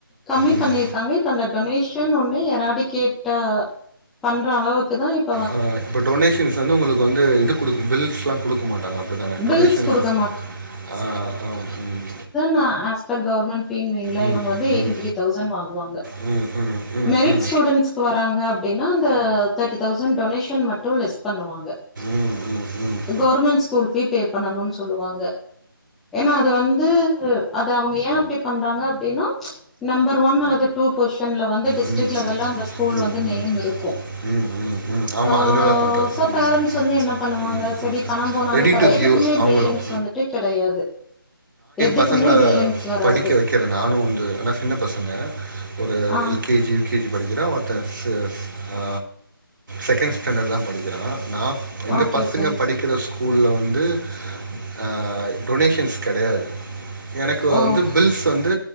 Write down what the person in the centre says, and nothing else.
கம்மி
பண்ணிருக்காங்க இப்ப அந்த டொனேஷ் ஒன்னே யாராடி கேட்ட பண்ற அளவுக்கு தா இப்
பில்ஸ் குடுக்க
ந அஸ் பெர் கவ்ர்மெண்ட் பீன் வைங்கள
இவங்க வந்து எய்ட்டி
த்ரீ தவ்சண் வாங்குவாங்க
மெரிட்
ஸ்டூடன்ஸ்கு வராங்க அப்டின்னா இந்த தர்ட்டி தௌவ்சண் டொனே டூ லெஸ் பண்ணுவாங்க
கவர்மெண் ஸ்கூல் பீ பே பண்ணணுன் சொல்லுவாங்க ஏனா அது வந்து து அத அவங்க ஏ அப்டி பண்றாங்க அப்டின்னா நம்பர் ஒன் அல்லது டூ போஸன்ல வந்து டிஸ்ரிக்
லெவல்ல அந்த ஸ்கூல் வந்நு
நேம் இருக்கு
ஆஹ்
சோ
பேரண்ஸ் வந்து என்ன பண்ணுவாங்க
சேரி பணம் போனாலு
பரவா
எதுக்குமே
பில்லிங்ஸ் வந்துட்டு கெடையாது எதுக்குமே
பில்லிங்ஸ் வராது
ஆ
ஓகே
சார்
ஓ